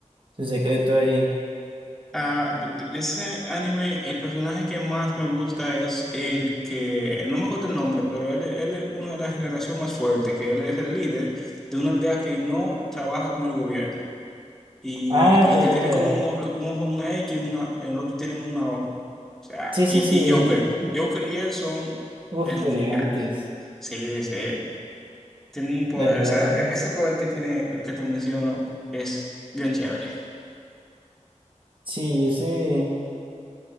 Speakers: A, on the right; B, in the centre.
A: su secreto ahí.
B: Ah, de, de- de ese anime, el personaje que más me gusta es el que, no me acuerdo el nombre, pero él, él es uno de la generación más fuerte, que él es el líder de una aldea que no trabaja con el gobierno. Y
A: Ah,
B: el que, el
A: ya,
B: que
A: ya,
B: tiene
A: ya.
B: como un, o- un ojo una X, una, el otro tiene una O. O sea,
A: Sí,
B: y,
A: sí, sí, él,
B: y Joker. Joker y él son
A: uff,
B: el
A: elegantes,
B: final. Sí, sí. Tiene un poder,
A: la verdad.
B: o sea, e-,
A: eh,
B: ese poder que tiene el que te menciono es bien chévere.
A: Sí, ese,